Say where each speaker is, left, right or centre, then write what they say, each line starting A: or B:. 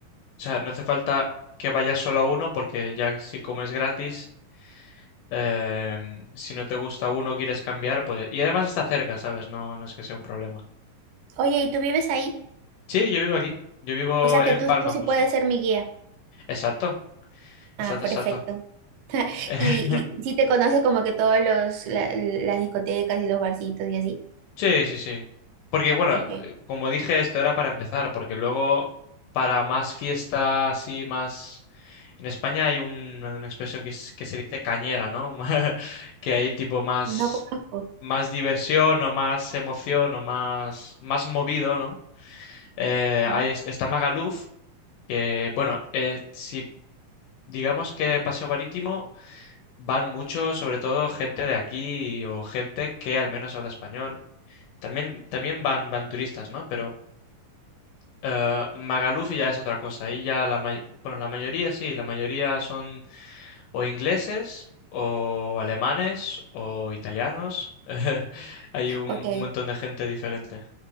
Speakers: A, on the left; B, on the right.
A: o sea, no hace falta que vayas solo a uno porque ya si comes gratis, em, si no te gusta uno, quieres cambiar, puedes. Y además está cerca, ¿sabes? No, no es que sea un problema.
B: Oye, ¿y tú vives ahí?
A: Sí, yo vivo aquí. Yo vivo
B: O sea
A: en
B: que tú,
A: Palma,
B: tú sí
A: justo.
B: puedes ser mi guía.
A: Exacto,
B: Ah,
A: exacto,
B: perfecto.
A: exacto. <laughs>
B: Y, y sí te conoces como que todos los la- las discotecas y los barcitos y así.
A: Sí, sí, sí. Porque bueno,
B: Ok,
A: eh, como dije, esto era para empezar, porque luego para más fiestas así, más... En España hay un- una expresión que, es- que se dice cañera, ¿no? <laughs> Que hay tipo más,
B: no conozco.
A: más diversión o más emoción o más, más movido, ¿no? Eh,
B: Mm.
A: ahí es- está Magaluf, que bueno, eh, si digamos que Paseo Marítimo van mucho, sobre todo gente de aquí o gente que al menos habla español. También, también van, van turistas, ¿no? Pero eh, Magaluf ya es otra cosa. Ahí ya la, may- bueno, la mayoría sí, la mayoría son o ingleses o alemanes o italianos. <laughs> Hay un,
B: Ok,
A: un montón de gente diferente.